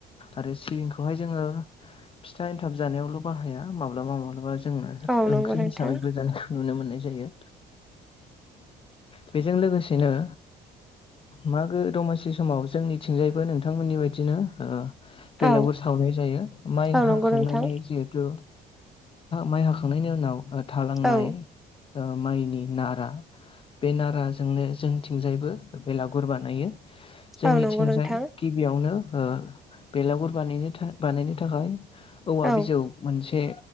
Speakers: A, on the left (about 30°); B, in the centre.
A: आरो सिबिंखौ हाय जोङो फिथा एन्थाब जानायावल' बाहाया माब्लाबा माब्लाबा जोङो
B: औ नंगौ
A: ओंख्रि
B: नोंथां
A: हिसाबैबो जानायखौ नुनो मोननाय जायो बेजों लोगोसेनो मागो दमासि समाव जोंनिथिंजायबो नोंथांमोननि बायदिनो बेलागुर
B: औ
A: सावनाय जायो माइ
B: औ
A: हाखांनानै
B: नंगौ नोंथां
A: जिहेथु माइ हाखांनायनि उनाव थालांनाय
B: औ
A: माइनि नारा बे नाराजोंनो जोंथिंजायबो बेलागुर बानायो जोंनिथिंजाय
B: औ नंगौ नोंथां
A: गिबियावनो बेलागुर बानायनो था बानायनो थाखाय औवा
B: औ
A: बिजौ मोनसे